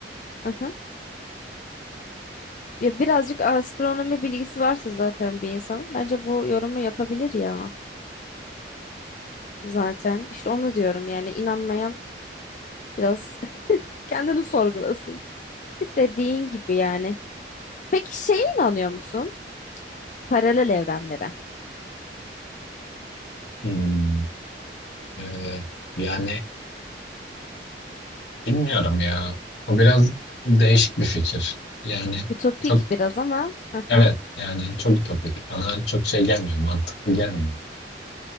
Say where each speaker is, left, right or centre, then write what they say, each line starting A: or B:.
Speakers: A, on the left (about 45°); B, on the left (about 70°).
A: Aha. Ya birazcık astronomi bilgisi varsa zaten bir insanın bence bu yorumu yapabilir ya. zaten. İşte onu diyorum yani inanmayan biraz <laughs> kendini sorgulasın. Çünkü dediğin gibi yani. Peki şeye inanıyor musun? Paralel evrenlere.
B: Hmm. Ee, yani bilmiyorum ya. O biraz değişik bir fikir. Yani
A: Ütopik
B: çok
A: biraz ama. <laughs> hı
B: evet
A: hı.
B: yani çok ütopik. Bana çok şey gelmiyor. Mantıklı gelmiyor.